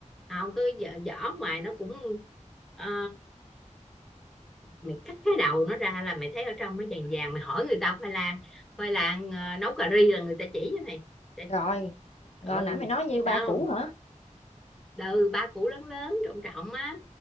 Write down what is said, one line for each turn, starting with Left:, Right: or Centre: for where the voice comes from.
Centre: không cái vỏ, vỏ ngoài nó cũng ờ, mày cắt cái đầu nó ra là mày thấy ở trong nó vàng vàng mày hỏi người ta khoai lang khoai lang ờ, nấu cà ri là người ta chỉ với mày Để-
Left: Rồi, rồi
Centre: ừ
Left: nãy mày nói như ba
Centre: thấy
Left: củ
Centre: không
Left: hả?
Centre: ừ ba củ lớn lớn trọng trọng á